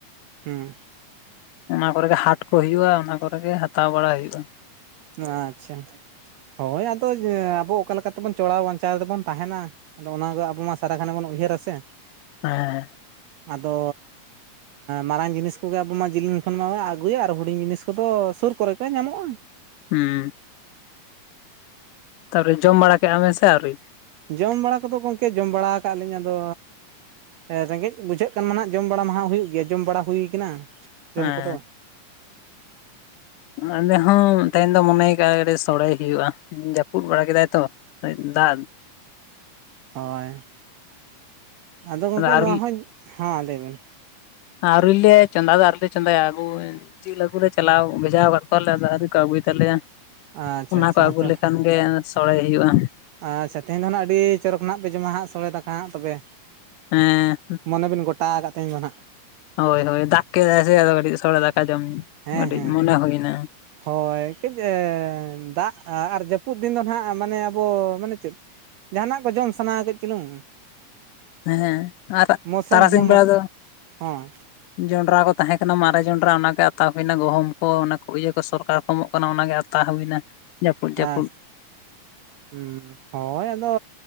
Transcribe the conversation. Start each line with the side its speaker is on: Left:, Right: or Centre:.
Right: ᱦᱩᱸ
Left: ᱚᱱᱟ ᱠᱚ ᱨᱮ ᱜᱮ ᱦᱟᱴ ᱠᱚ ᱦᱩᱭᱩᱜᱼᱟ ᱚᱱᱟ ᱠᱚ ᱨᱮ ᱜᱮ ᱦᱟᱛᱟᱣ ᱵᱟᱲᱟ ᱦᱩᱭᱩᱜᱼᱟ
Right: ᱟᱪᱪᱷᱟ ᱦᱳᱭ ᱟᱫᱚ ᱟᱵᱚ ᱚᱠᱟ ᱞᱮᱠᱟ ᱛᱮᱵᱚᱱ ᱪᱚᱲᱟᱣ ᱵᱟᱧᱪᱟᱣ ᱨᱮᱵᱚᱱ ᱛᱟᱦᱮᱱᱟ ᱟᱫᱚ ᱚᱱᱟ ᱜᱮ ᱟᱵᱚ ᱢᱟ ᱥᱟᱨᱟ ᱜᱷᱟᱱᱮ ᱵᱚᱱ ᱩᱭᱦᱟᱹᱨᱟ ᱥᱮ
Left: ᱦᱮᱸᱻ
Right: ᱟᱫᱚᱻ ᱢᱟᱨᱟᱝ ᱡᱤᱱᱤᱥ ᱠᱚᱜᱮ ᱟᱵᱚ ᱢᱟ ᱡᱮᱞᱮᱧ ᱠᱷᱚᱱ ᱢᱟ ᱟᱹᱜᱩᱭᱟ ᱟᱨ ᱦᱩᱰᱤᱧ ᱡᱤᱱᱤᱥ ᱠᱚᱫᱚ ᱥᱩᱨ ᱠᱚᱨᱮ ᱠᱚ ᱧᱟᱢᱚᱜᱼᱟ
Left: ᱦᱩᱸ ᱛᱟᱨᱯᱚᱨᱮ ᱡᱚᱢ ᱵᱟᱲᱟ ᱠᱮᱫᱼᱟ ᱵᱮᱱ ᱥᱮ ᱟᱣᱨᱤ
Right: ᱡᱚᱢ ᱵᱟᱲᱟ ᱠᱚᱫᱚ ᱜᱚᱢᱠᱮ ᱡᱚᱢ ᱵᱟᱲᱟ ᱟᱠᱟᱫ ᱞᱤᱧ ᱟᱫᱚ ᱨᱮᱸᱜᱮᱡ ᱵᱩᱡᱷᱟᱹᱜ ᱠᱷᱟᱱ ᱢᱟ ᱦᱟᱜ ᱡᱚᱢ ᱵᱟᱲᱟ ᱢᱟ ᱦᱩᱭᱩᱜ ᱜᱮᱭᱟ ᱡᱚᱢ ᱵᱟᱲᱟ ᱦᱩᱭ ᱠᱟᱱᱟ ᱡᱚᱢ
Left: ᱦᱮᱸ
Right: ᱠᱚᱫᱚ
Left: ᱟᱞᱮ ᱦᱚᱸ ᱛᱮᱦᱮᱱ ᱫᱚ ᱢᱚᱱᱮᱭ ᱠᱟᱜᱼᱟ ᱥᱚᱲᱮ ᱦᱩᱭᱩᱜᱼᱟ ᱡᱟᱯ ᱯᱩᱫ ᱵᱟᱲᱟ ᱠᱮᱫᱟᱭ ᱛᱚ ᱫᱟᱜ
Right: ᱦᱳᱭ ᱟᱫᱚ ᱜᱚᱢᱠᱮ ᱱᱚᱣᱟ
Left: ᱟᱨ
Right: ᱦᱚᱸᱧ ᱦᱚᱸ ᱞᱟᱹᱭᱵᱤᱱ
Left: ᱟᱣᱨᱤᱞᱮ ᱪᱚᱸᱫᱟ ᱫᱚ ᱟᱣᱨᱤᱞᱮ ᱪᱚᱫᱟᱭᱟ ᱟᱜᱩ ᱡᱤᱞ ᱟᱹᱜᱩ ᱞᱮ ᱪᱟᱞᱟᱣ ᱵᱷᱮᱡᱟ ᱠᱟᱜ ᱠᱚᱣᱟ ᱞᱮ ᱟᱣᱨᱤ ᱠᱚ ᱟᱹᱜᱩᱭ ᱛᱟᱞᱮᱭᱟ
Right: ᱟᱪᱪᱷᱟ
Left: ᱚᱱᱟᱠᱚ
Right: ᱟᱪᱪᱷᱟ
Left: ᱟᱹᱜᱩ
Right: ᱛᱚ
Left: ᱞᱮᱠᱷᱟᱱᱜᱮ ᱥᱚᱲᱮ ᱦᱩᱭᱩᱜᱼᱟ
Right: ᱟᱪᱪᱷᱟ ᱛᱮᱦᱮᱧ ᱫᱚ ᱦᱟᱸᱜ ᱟᱹᱰᱤ ᱪᱚᱨᱚᱠ ᱱᱟᱜ ᱯᱮ ᱡᱚᱢᱟ ᱦᱟᱸᱜ ᱥᱚᱲᱮ ᱫᱟᱠᱟ ᱦᱟᱸᱜ ᱛᱚᱵᱮ
Left: ᱦᱮᱸ
Right: ᱢᱚᱱᱮ ᱵᱤᱱ ᱜᱚᱴᱟ ᱟᱠᱟᱫ ᱛᱮᱦᱮᱧ ᱫᱚ ᱦᱟᱜ
Left: ᱦᱳᱭ ᱦᱳᱭ ᱫᱟᱜ ᱠᱮᱫᱟᱭ ᱥᱮ ᱟᱫᱚ ᱠᱟᱹᱴᱤᱡ ᱥᱚᱲᱮ ᱫᱟᱠᱟ ᱡᱚᱢ
Right: ᱦᱮᱸ
Left: ᱠᱟᱹᱴᱤᱡ
Right: ᱦᱮᱸ
Left: ᱢᱚᱱᱮ ᱦᱩᱭᱱᱟ
Right: ᱦᱳᱭ ᱠᱟᱹᱡ ᱫᱟᱜ ᱟᱨ ᱡᱟᱹᱯᱩᱫ ᱫᱤᱱ ᱫᱚ ᱱᱟᱦᱟᱜ ᱢᱟᱱᱮ ᱟᱵᱚ ᱢᱟᱱᱮ ᱪᱮᱫ ᱡᱟᱦᱟ ᱱᱟᱜ ᱠᱚ ᱡᱚᱢ ᱥᱟᱱᱟ ᱟ ᱠᱟᱹᱡ ᱪᱩᱞᱩᱝ
Left: ᱦᱮᱸ ᱟᱨ
Right: ᱢᱳᱥᱚᱢ
Left: ᱛᱟᱨᱟ ᱥᱤᱧ
Right: ᱦᱚᱸ
Left: ᱵᱮᱲᱟ
Right: ᱢᱚᱥ
Left: ᱫᱚ
Right: ᱦᱚᱸ
Left: ᱡᱚᱱᱰᱨᱟ ᱠᱚ ᱛᱟᱦᱮᱸ ᱠᱟᱱᱟ ᱢᱟᱨᱮ ᱡᱚᱱᱰᱨᱟ ᱚᱱᱟᱜᱮ ᱟᱛᱟ ᱦᱩᱭᱱᱟ ᱜᱩᱦᱩᱢ ᱠᱚ ᱚᱱᱟ ᱠᱚ ᱤᱭᱟᱹ ᱠᱚ ᱥᱚᱨᱠᱟᱨ ᱮᱢᱚᱜ ᱠᱟᱱᱟ ᱚᱱᱟᱜᱮ ᱟᱛᱟ ᱦᱩᱭᱱᱟ᱾ ᱡᱟᱹᱯᱩᱫ
Right: ᱦᱮᱸ
Left: <inaudible>
Right: ᱦᱩᱸ ᱦᱳᱭ ᱟᱫᱚ